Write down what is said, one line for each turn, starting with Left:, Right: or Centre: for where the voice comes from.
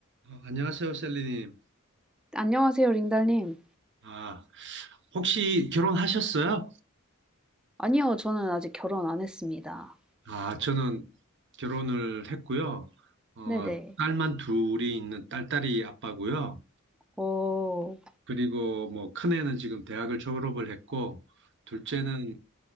Right: 어, 안녕하세요, 셀리님.
Centre: 안녕하세요, 링달님.
Right: 아, 혹시 결혼하셨어요?
Centre: 아니요, 저는 아직 결혼 안 했습니다.
Right: 아, 저는 결혼을 했고요. 어,
Centre: 네네.
Right: 딸만 둘이 있는 딸딸이 아빠고요.
Centre: 어,
Right: 그리고 뭐 큰애는 지금 대학을 졸업을 했고, 둘째는